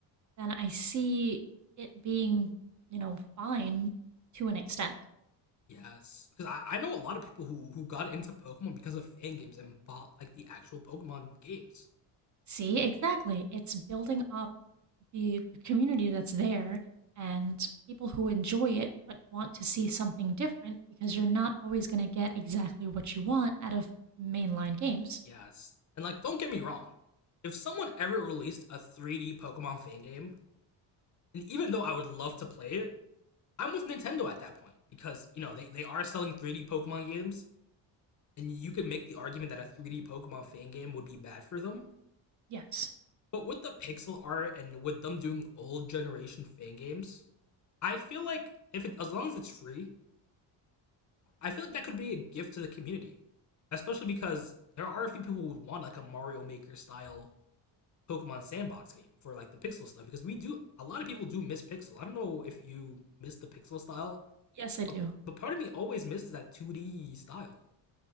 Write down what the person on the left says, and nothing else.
Yes, because I, I know a lot of people who who got into Pokemon because of fan games and bought like the actual Pokemon games.
Yes. And like, don't get me wrong. If someone ever released a 3D Pokemon fan game, and even though I would love to play it, I'm with Nintendo at that point because, you know, they, they are selling 3D Pokemon games, and you can make the argument that a 3D Pokemon fan game would be bad for them.
But with the pixel art and with them doing old generation fan games, I feel like if it, as long as it's free, I feel like that could be a gift to the community. Especially because there are a few people who would want like a Mario Maker style Pokemon sandbox game for like the pixel stuff because we do a lot of people do miss pixel. I don't know if you miss the pixel style,
but, but part of me always misses that 2D style.